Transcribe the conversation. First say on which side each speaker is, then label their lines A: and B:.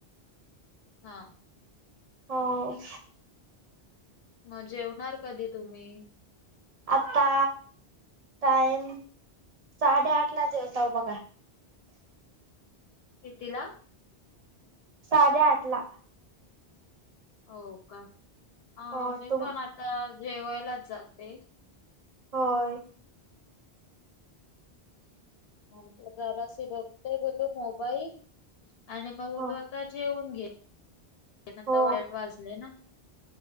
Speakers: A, on the left; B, on the right.
A: हा,
B: हो,
A: म जेवणार कधी तुम्ही?
B: आता टाइम साडेआठ ला जेवताव बघा.
A: कितीला?
B: साडेआठ ला.
A: हो का? अं
B: हो
A: मी
B: तुम
A: पण आता जेवायलाच जाते.
B: होय.
A: म्हटलं जरासे बघतो बघू मोबाईल आणि मग म्हटलं
B: हो
A: आता जेवून घे आता साडेआठ
B: हो
A: वाजले ना,